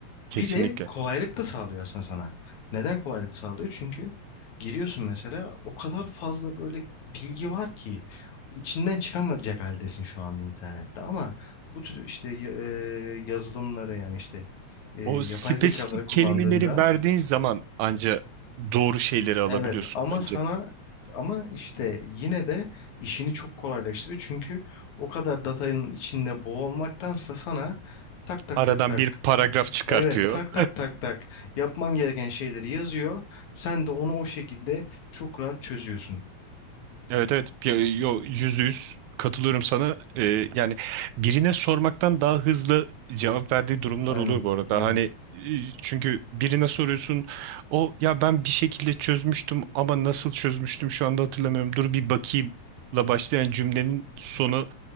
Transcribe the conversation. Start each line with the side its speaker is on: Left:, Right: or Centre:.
Right: Kesinlikle.
Left: Bir de kolaylık da sağlıyor aslında sana. Neden kolaylık sağlıyor? Çünkü giriyorsun mesela o kadar fazla böyle bilgi var ki içinden çıkamayacak haldesin şu anda internette ama bu tür işte y- e, yazılımları yani işte e, yapay
Right: O spesifik
Left: zekaları kullandığında
Right: kelimeleri verdiğin zaman anca doğru şeyleri alabiliyorsun
Left: evet ama
Right: bence.
Left: sana ama işte yine de işini çok kolaylaştırıyor çünkü o kadar datanın içinde boğulmaktansa sana tak tak
Right: Aradan
Left: tak tak
Right: bir paragraf çıkartıyor.
Left: Evet tak tak tak tak yapman gereken şeyleri yazıyor. Sen de onu o şekilde çok rahat çözüyorsun.
Right: Evet evet Pi- yo yüzde yüz katılıyorum sana Ee, yani birine sormaktan daha hızlı cevap verdiği durumlar
Left: Aynen
Right: oluyor bu arada
Left: aynen.
Right: hani e, çünkü birine soruyorsun o ya ben bir şekilde çözmüştüm ama nasıl çözmüştüm şu anda hatırlamıyorum dur bir bakayım la başlayan cümlenin sonu